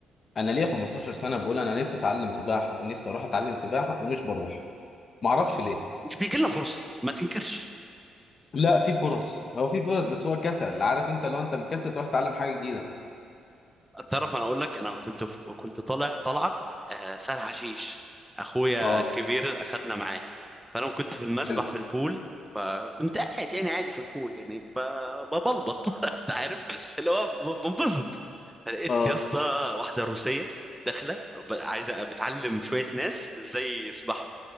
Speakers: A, on the left; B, in the centre.
A: انا ليا 15 سنه بقول انا نفسي اتعلم سباحه ونفسي اروح اتعلم سباحه ومش بروح ما اعرفش ليه
B: مش بيجي لنا فرصه ما تنكرش
A: لا في فرص هو في فرص بس هو كسل عارف انت لو انت مكسل تروح تتعلم حاجه جديده
B: تعرف انا اقول لك انا كنت في... كنت طالع طالعه آه، سهل حشيش اخويا
A: اه
B: الكبير اخدنا معاه فانا كنت في المسبح
A: حلو
B: في البول فكنت قاعد يعني عادي في البول يعني ب... ببلبط <laughs> انت عارف بس اللي هو ب- بنبسط فلقيت
A: اه
B: يا اسطى واحده روسيه داخله ب... عايزه بتعلم شويه ناس ازاي يسبحوا